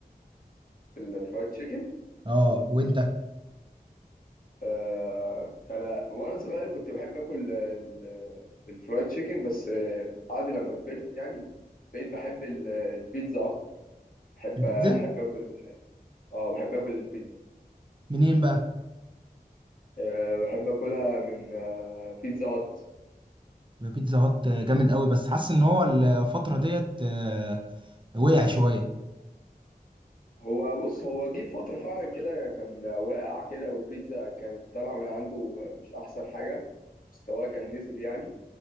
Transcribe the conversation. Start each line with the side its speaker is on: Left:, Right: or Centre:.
Left: الفرايد تشيكن
Right: اه وانت
Left: آه انا وانا صغير كنت بحب اكل ال- الفرايد تشيكن بس آه بعد لما كبرت يعني بقيت بحب ال- البيتزا اكتر بحب
Right: البيتزا
Left: احب اكل اه بحب اكل البيتزا
Right: منين بقى؟
Left: آه بحب اكلها من آه بيتزا هات
Right: بيتزا هات جامد قوي بس حاسس ان هو الفتره ديت آه، وقع شويه
Left: هو بص هو جه فترة فعلا كده كان واقع كده والبيتزا كانت طالعة من عنده مش احسن حاجة مستواه كان نزل يعني